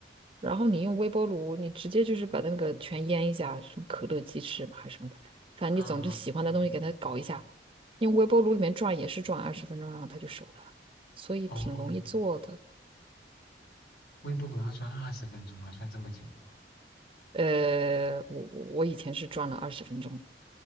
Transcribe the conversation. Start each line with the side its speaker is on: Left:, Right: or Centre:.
Right: 然后你用微波炉，你直接就是把那个全腌一下，什么可乐鸡翅嘛还是什么的，反正你总之喜欢的东西给它搞一下，
Left: 啊，对，
Right: 用微波炉里面转也是转二十分钟，然后它就熟了，所以挺容易做的。
Left: 哦，微波炉要转二十分钟啊，转这么久，
Right: 呃，我我以前是转了二十分钟，